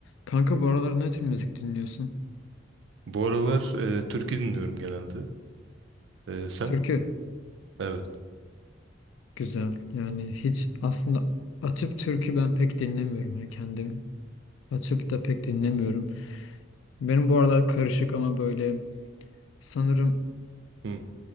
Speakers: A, on the left (about 75°); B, on the right (about 65°).
A: Kanka bu aralar ne tür müzik dinliyorsun?
B: Bu aralar e, türkü dinliyorum genelde. E, sen?
A: Türkü
B: Evet.
A: güzel. Yani hiç aslında açıp türkü ben pek dinlemiyorum. Hani kendim açıp da pek dinlemiyorum. Benim bu aralar karışık ama böyle sanırım
B: Hı.